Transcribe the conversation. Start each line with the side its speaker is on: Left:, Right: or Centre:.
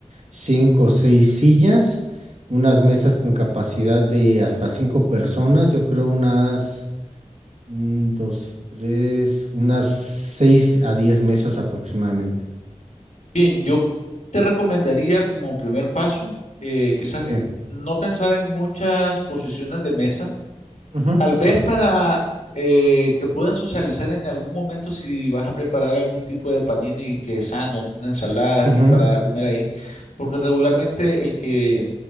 Right: 5 o 6 sillas, unas mesas con capacidad de hasta 5 personas, yo creo unas mm, 2, 3, unas 6 a 10 mesas aproximadamente.
Left: bien, yo te recomendaría como primer paso, eh, quizás
Right: Sí.
Left: no pensar en muchas posiciones de mesa
Right: Ujú,
Left: Tal vez para eh, que puedan socializar en algún momento si vas a preparar algún tipo de panini que es sano, una ensalada
Right: ujú,
Left: que es para comer ahí, porque regularmente el que,